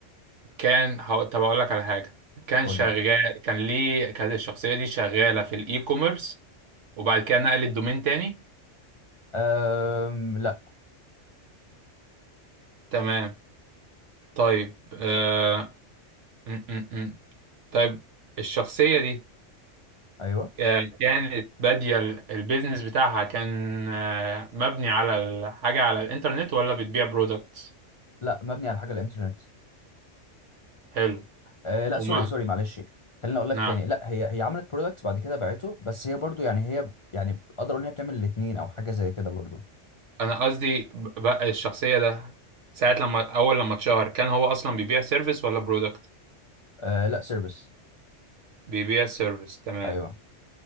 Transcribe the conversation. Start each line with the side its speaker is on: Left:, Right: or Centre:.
Right: كان هو- طب أقول لك على حاجة كان
Left: قول
Right: شغال
Left: لي
Right: كان ليه كانت الشخصية دي شغالة في الإي كوميرس وبعد كده نقلت دومين تاني
Left: أم... لا
Right: تمام طيب آه... م -م -م. طيب الشخصية دي
Left: أيوه
Right: آه، كانت بادية ال- البيزنس بتاعها كان آه، مبني على الحاجة على الإنترنت ولا بتبيع برودكت؟
Left: لا مبني على حاجة الإنترنت
Right: حلو
Left: أه لا
Right: ومع
Left: سوري سوري معلش خليني أقول لك
Right: نعم
Left: تاني لا هي هي عملت برودكت بعد كده باعته بس هي برضو يعني هي يعني أقدر أقول إن هي بتعمل الاتنين أو حاجة زي كده برضو
Right: انا قصدي بقى الشخصيه ده ساعه لما اول لما اتشهر كان هو اصلا بيبيع سيرفيس ولا برودكت
Left: أه لا سيرفيس
Right: بيبيع سيرفيس تمام
Left: أيوه